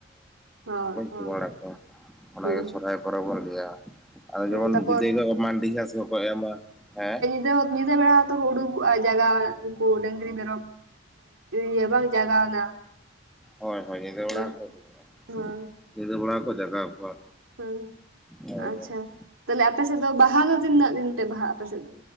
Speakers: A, on the right; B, in the centre.
A: ᱦᱳᱭ ᱦᱳᱭ
B: ᱵᱟᱲᱟ ᱠᱚᱣᱟ ᱚᱱᱟᱜᱮ
A: ᱦᱩᱸ
B: ᱥᱚᱨᱦᱟᱭ ᱯᱨᱚᱵᱚᱽ ᱵᱚᱱ ᱞᱟᱹᱭᱟ ᱟᱫᱚ
A: ᱦᱮᱸ
B: ᱡᱮᱢᱚᱱ
A: ᱛᱟᱯᱚᱨ
B: ᱵᱤᱫᱟᱹᱭ ᱦᱤᱞᱳᱜ ᱢᱟᱱᱰᱤ ᱜᱷᱟᱸᱥ ᱠᱚᱠᱚ ᱮᱢᱟ, ᱦᱮᱸ
A: ᱡᱟᱭᱦᱳᱠ ᱧᱤᱱᱫᱟᱹᱵᱮᱲᱟ ᱡᱚᱛᱚ ᱠᱚ ᱩᱰᱩᱠᱚᱜᱼᱟ ᱡᱟᱜᱟᱣ ᱩᱱᱠᱩ ᱰᱟᱹᱝᱨᱤ ᱢᱮᱨᱚᱢ ᱤᱭᱟᱹ ᱵᱟᱝ ᱡᱟᱜᱟᱣᱱᱟ
B: ᱦᱳᱭ ᱦᱳᱭ ᱧᱤᱫᱟᱹ ᱵᱮᱲᱟ
A: ᱦᱮᱸ
B: ᱠᱚ ᱩᱰᱩᱠᱚᱜᱼᱟ,
A: ᱦᱮᱸ
B: ᱧᱤᱫᱟᱹ ᱵᱮᱲᱟ ᱠᱚ ᱡᱟᱜᱟᱣ ᱠᱚᱣᱟ
A: ᱦᱩᱸ,
B: ᱦᱳᱭ
A: ᱟᱪᱪᱷᱟ, ᱛᱟᱞᱦᱮ ᱟᱯᱮ ᱥᱮᱫ ᱫᱚ ᱵᱟᱦᱟ ᱫᱚ ᱛᱤᱱᱟᱹᱜ ᱫᱤᱱ ᱯᱮ ᱵᱟᱦᱟᱜ-ᱟ ᱟᱯᱮ ᱥᱮᱫ ᱫᱚ